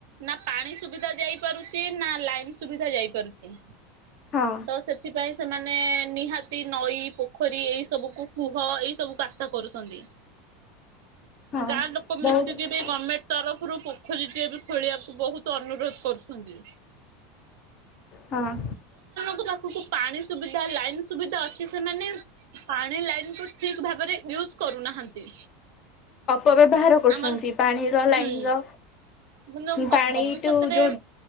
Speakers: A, on the right (about 65°); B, on the left (about 30°).
A: ନା ପାଣି ସୁବିଧା ଯାଇପାରୁଛି ନା ଲାଇନ ସୁବିଧା ଯାଇପାରୁଛି।
B: ହଁ
A: ତ ସେଥିପାଇଁ ସେମାନେ ନିହାତି ନଈ, ପୋଖରୀ ଏଇ ସବୁକୁ କୁହ ଏଇ ସବୁକୁ ଆଶ୍ରା କରୁଛନ୍ତି।
B: ହଁ
A: ଆଉ ଗାଁ ଲୋକ ମିଶିକି
B: ବହୁତ
A: ବି ଗମେଣ୍ଟ ତରଫରୁ ପୋଖରୀଟିଏ ବି ଖୋଳିବାକୁ ବହୁତ ଅନୁରୋଧ କରୁଛନ୍ତି।
B: ହଁ।
A: ପୋଖରୀ ପାଖକୁ ପାଣି ସୁବିଧା ଲାଇନ ସୁବିଧା ଅଛି ସେମାନେ ପାଣି ଲାଇନକୁୁ ଠିକ ଭାବରେ ୟୁଜ୍ କରୁନାହାନ୍ତି।
B: ଅପ ବ୍ୟବହାର କରୁଛନ୍ତି
A: ଆମର
B: ପାଣିର, ଲାଇନର।
A: ହୁଁ କିନ୍ତୁ
B: ପାଣି
A: ଭବିଷ୍ୟତରେ
B: ଟୁ ଯୋଉ